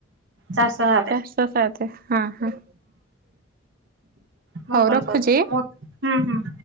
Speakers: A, on the right (about 70°); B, on the right (about 50°).
A: ଚାରିଶହ ସାତ।
B: ଚାରଶ ସାତ ହୁଁ ହୁଁ।
A: ଭୁବନେଶ୍ୱରରେ
B: ହଉ ରଖୁଛି?
A: ମୁଁ ହୁଁ ହୁଁ।